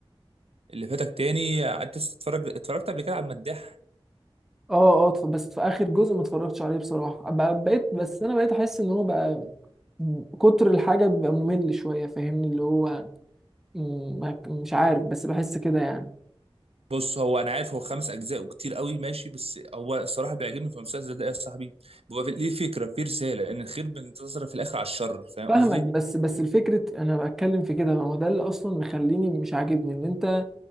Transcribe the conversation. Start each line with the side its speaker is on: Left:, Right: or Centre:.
Right: اللي فاتك تاني قعدت تتفرج اتفرجت قبل كده على المداح
Centre: اه اه اتف- بس في اخر جزء ما اتفرجتش عليه بصراحة بقى- بقيت بس انا بقيت احس ان هو بقى م- كتر الحاجة بيبقى ممل شوية فاهمني اللي هو م، ما- مش عارف بس بحس كده يعني
Right: بص هو انا عارف هو خمس اجزاء وكتير قوي ماشي بس هو الصراحه بيعجبني في المسلسل ده يا صاحبي بيبقى في- ليه فكره في رساله ان الخير بينتصر في الاخر على الشر فاهم
Centre: فاهمك
Right: قصدي
Centre: بس بس الفكرة انا بتكلم في كده ما هو ده اللي اصلا مخليني مش عاجبني ان انت